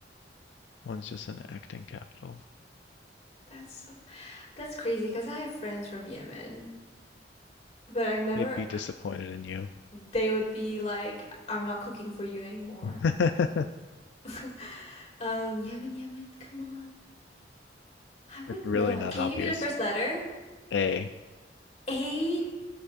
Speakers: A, on the left; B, on the left.
A: one's just an acting capital.
B: That's so that's crazy because I have friends from Yemen, but I never
A: They'd be disappointed in you.
B: they would be like, I'm not cooking for you anymore.
A: <laughs>
B: <laughs> Um, Yemen, Yemen, come on. I wouldn't
A: It's really
B: know.
A: not
B: Can
A: obvious.
B: you give me the first letter?
A: A.
B: A